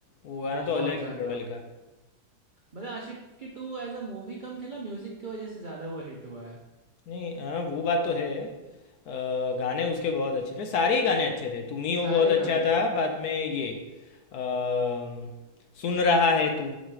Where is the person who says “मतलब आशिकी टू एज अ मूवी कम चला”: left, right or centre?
Right